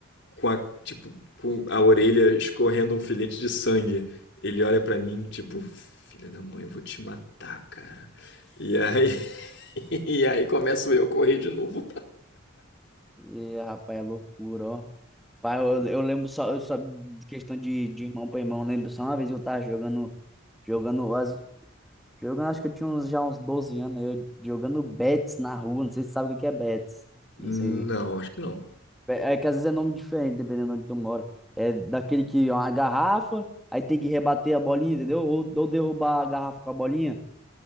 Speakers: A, on the left (about 55°); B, in the centre.
A: com a tipo com a orelha escorrendo um filete de sangue. Ele olha pra mim, tipo, filha da mãe, eu vou te matar, cara. E aí, <laughs> e aí começo eu a correr de novo.
B: E, rapaz, é loucura, ó. Pai, eu, eu lembro só, eu só de questão de, de irmão para irmão, eu lembro só uma vez eu tava jogando, jogando, as- jogando, acho que eu tinha uns, já uns 12 anos, eu jogando bets na rua, não sei se você sabe o que que é bets,
A: Não,
B: não sei.
A: acho que não.
B: É, é que às vezes é nome diferente, dependendo de onde tu mora. É daquele que é uma garrafa, aí tem que rebater a bolinha, entendeu? Ou, ou derrubar a garrafa com a bolinha.